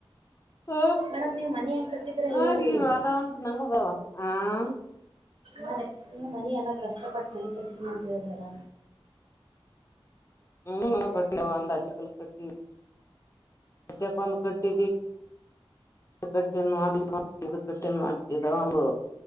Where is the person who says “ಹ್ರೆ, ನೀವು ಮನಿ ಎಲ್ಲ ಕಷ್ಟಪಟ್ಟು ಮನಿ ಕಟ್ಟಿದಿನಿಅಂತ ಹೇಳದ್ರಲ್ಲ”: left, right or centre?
Right